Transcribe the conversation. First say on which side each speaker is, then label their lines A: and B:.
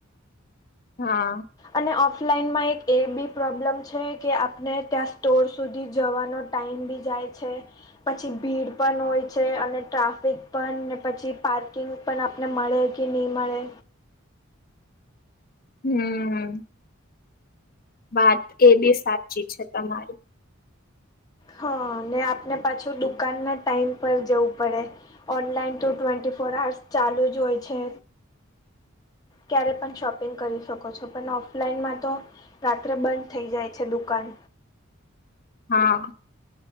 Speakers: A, on the left; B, on the left.
A: હા.
B: અને ઓફલાઈનમાં એક એ બી પ્રોબ્લમ છે, કે આપને ત્યાં સ્ટોર સુધી જવાનો ટાાઈમ બી જાય છે. પછી ભીડ પણ હોય છે, અને ટ્રાફિક પણ, ને પછી પાર્કિંગ પણ આપને મળે કે નહીં મળે.
A: હમ્મ. બાત એ બી સાચી છે તમારી.
B: હા, ને આપને પાછું દુકાન ના ટાઈમ પર જવું પડે. ઓનલાઈન તો ટ્વેન્ટી ફોર આર્સ ચાલુ જ હોય છે. ક્યારે પણ શોપિંગ કરી શકો છો, પણ ઓફલાઈનમાં તો રાત્રે બંધ થઈ જાય છે દુકાન.
A: હા.